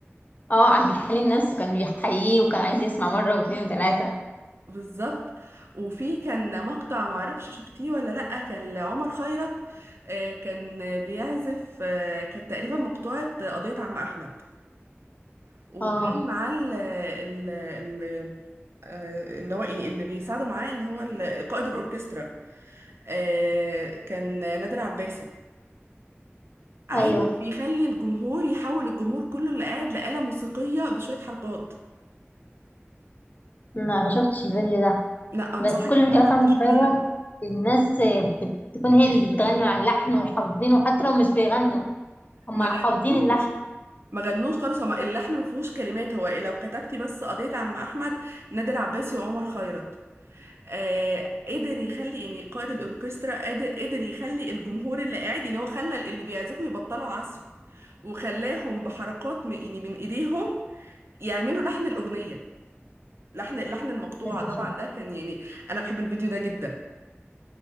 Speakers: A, on the left (about 35°); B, on the right (about 65°).
A: اه عبد الحليم نفسه كان بيحييه وكان عايز يسمع مرة واتنين وتلاتة
B: بالظبط وفي كان مقطع معرفش شفتيه ولا لأ كان لعمر خيرت آه، كان بيعزف آه، كانت تقريبا مقطوعة قضية عم أحمد وكان
A: اه
B: معاه ال- ال- ال- آه، اللي هو يعني اللي بيساعده معاه اللي هو ال- قائد الأوركسترا آه، كان نادر عباسي عارف
A: أيوة
B: يخلي الجمهور يحول الجمهور كله اللي قاعد لآلة موسيقية بشوية حركات
A: لا ما شفتش الفيديو ده
B: لا انصحك
A: بس كل فيديوهات
B: فعلا
A: عمرو
B: تشوفيه
A: خيرت الناس آه، بتكون هي اللي بتغني على اللحن وحافظينه حتى لو مش بيغنوا هما
B: ما غنوش
A: حافظين اللحن
B: ما غنوش خالص هما اللحن ما فيهوش كلمات هو لو كتبتي بس قضية عم احمد نادر عباسي وعمر خيرت آه قدر يخلي يعني قائد الاوركسترا قادر قدر يخلي الجمهور اللي قاعد يعني هو خلى اللي بيعزفوا يبطلوا عزف وخلاهم بحركات م- يعني من ايديهم يعملوا لحن الاغنية لحن لحن المقطوعة
A: لازم
B: طبعا
A: أشوفه
B: ده كان يعني انا بحب الفيديو ده جدا